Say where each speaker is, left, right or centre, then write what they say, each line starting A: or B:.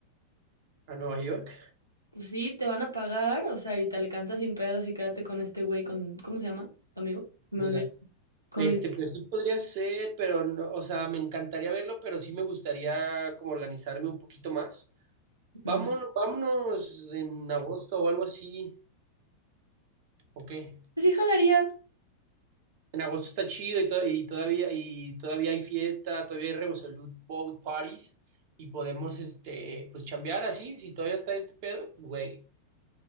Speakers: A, on the right; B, on the right.
A: A Nueva York,
B: Pues sí, te van a pagar, o sea, y te alcanzas sin pedos y quédate con este güey, con, ¿cómo se llama? ¿Tu amigo? Me
A: mira.
B: olvidé. Con
A: Este,
B: Luis.
A: pues sí podría ser, pero no, o sea, me encantaría verlo, pero sí me gustaría como organizarme un poquito más. Vámonos,
B: mm,
A: vámonos en agosto o algo así, ¿o qué?
B: Pues sí, jalaría.
A: En agosto está chido y, to- y todavía y todavía hay fiesta, todavía hay Revolut Boat Parties y podemos este pues chambear así, si todavía está este pedo, pues güey.